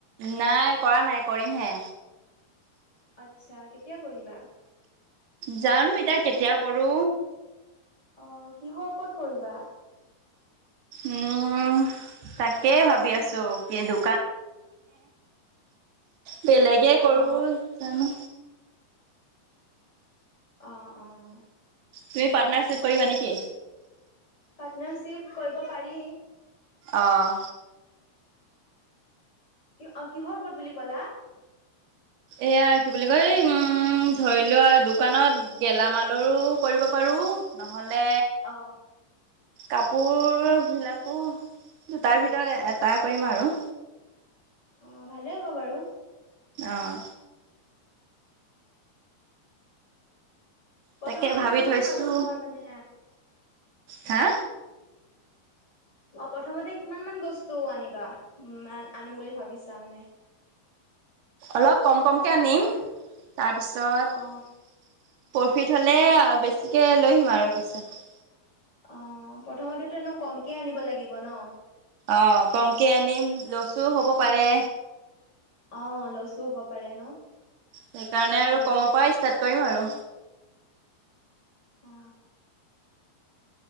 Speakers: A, on the right (about 75°); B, on the left (about 25°).
A: নাই কৰা নাই কৰিমহে।
B: আচ্ছা কেতিয়া কৰিবা।
A: জানো এতিয়া কেতিয়া কৰো।
B: অ কিহৰ কত কৰিবা।
A: উম তাকেই, ভাবি আছো কি দোকান। বেলেগে কৰো
B: অ
A: জানো।
B: অঁ অঁ।
A: তুমি পাৰ্টনাৰশ্বিপ কৰিবা নেকি?
B: পাৰ্টনাৰশিপ কৰিব পাৰি।
A: আহঁ।
B: কি অ কিহৰ ওপৰত বুলি ক'লা।
A: এয়া কি বুলি কয় উম ধৰি লোৱা দোকানত গেলামালৰো কৰিব পাৰো। নহলে
B: অ
A: কাপোৰ। বিলাকো দুটাৰ ভিতৰত
B: আচ্ছা
A: এটা কৰিম আৰু।
B: অ ভালে হ'ব বাৰু।
A: অঁ।
B: প্ৰথমতে
A: তাকে ভাবি
B: কিমান
A: থৈছো
B: মানুহৰ মানে
A: হা।
B: অ প্ৰথমতে কিমান মান বস্তু আনিবা, উ আনিম বুলি ভাবিছা মানে।
A: অলপ কম কমকৈ আনিম, তাৰপিছত।
B: অ
A: প্ৰফিট হ'লে বেছিকে, লৈ আহিম আৰু পিছত।
B: অ প্ৰথমতেতোনো কমকে আনিব লাগিব ন।
A: অ কমকে আনিম লছো হ'ব পাৰে।
B: অ লছো হব পাৰে ন।
A: সেইকাৰণে
B: সেইটো হয়
A: আৰু
B: বাৰু
A: কমৰ পৰা ষ্টাৰ্ট কৰিম আৰু।
B: অ।